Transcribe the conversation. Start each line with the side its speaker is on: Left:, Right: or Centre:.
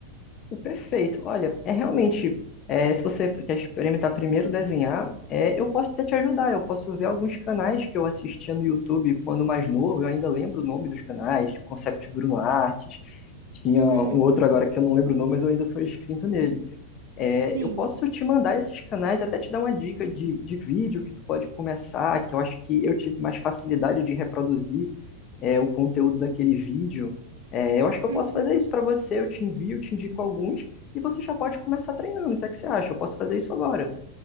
Left: Perfeito. Olha, é realmente, é, se você quer experimentar primeiro desenhar, é, eu posso até te ajudar. Eu posso ver alguns canais que eu assistia no YouTube quando mais novo. Eu ainda lembro o nome dos canais, Concept Bruno Artes. Tinha
Right: Uhum.
Left: um outro agora que eu não lembro o nome, mas eu ainda sou inscrito nele. É,
Right: Sim.
Left: eu posso te mandar esses canais, até te dar uma dica de, de vídeo que tu pode começar, que eu acho que eu tive mais facilidade de reproduzir é, o conteúdo daquele vídeo. É, eu acho que eu
Right: Uhum.
Left: posso fazer isso para você, eu te envio, te indico alguns, e você já pode começar treinando. O que é que você acha? Eu posso fazer isso agora.